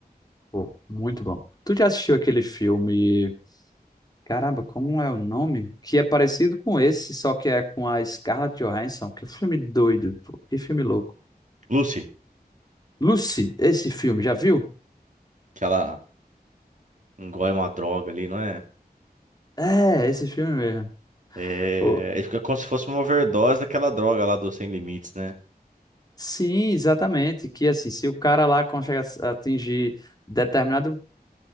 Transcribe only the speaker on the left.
Pô, muito bom. Tu já assistiu aquele filme? Caramba, como é o nome? Que é parecido com esse, só que é com a Scarlett Johansson. Que filme doido, pô. Que filme louco.
Lucy, esse filme, já viu?
É, esse filme mesmo.
Pô,
sim, exatamente. Que assim, se o cara lá consegue as- atingir determinada